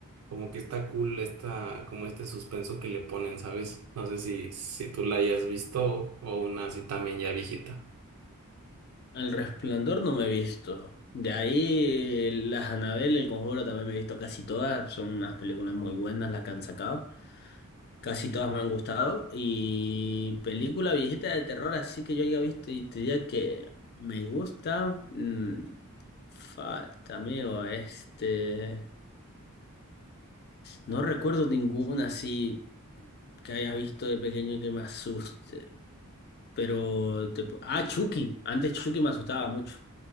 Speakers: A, on the right; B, on the left.
A: Como que está cool esta, como este suspenso que le ponen, ¿sabes? No sé si, si tú la hayas visto o una así también ya viejita.
B: El Resplandor no me he visto. De ahí, las Anabel, El Conjuro también me he visto casi todas. Son unas películas muy buenas las que han sacado. Casi todas me han gustado. Y película viejita de terror, así que yo haya visto y te diría que me gusta. mm, Falta, amigo, este. No recuerdo ninguna así que haya visto de pequeño que me asuste. Pero. te pu- Ah, Chucky. Antes Chucky me asustaba mucho.